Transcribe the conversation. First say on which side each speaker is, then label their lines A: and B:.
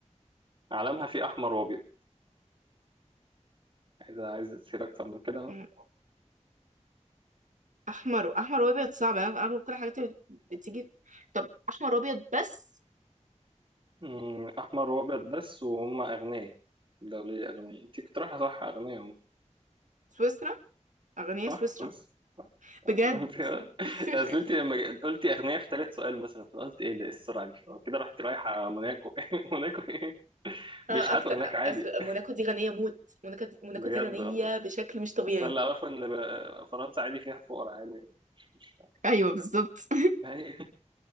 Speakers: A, on the right (about 40°); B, on the right (about 80°).
A: علمها فيه احمر وابيض عايز عايز تصير اكتر من كده
B: مم. احمر احمر وابيض صعب انا أنا كل الحاجات اللي بتيجي طب احمر وابيض بس
A: أمم، احمر وابيض بس وهم اغنياء دوليه اغنياء انت كنت رايحه صح اغنياء هم
B: سويسرا اغنياء
A: صح
B: سويسرا
A: سويس <laughs>
B: بجد
A: انت
B: <laughs>
A: اصل انت لما ج- قلتي اغنياء في ثالث سؤال مثلا فأنا قلت ايه ده ايه السرعه دي كده رحت رايحه موناكو <laughs> موناكو ايه بيشحتوا
B: آه، اكتر
A: هناك عادي
B: أصل موناكو دي غنية موت موناكو دي... موناكو
A: بجد
B: دي غنية
A: والله
B: بشكل مش طبيعي
A: بس اللي اعرفه ان ب- فرنسا عادي فيها فقراء عادي مش مش
B: ايوه بالظبط
A: هي-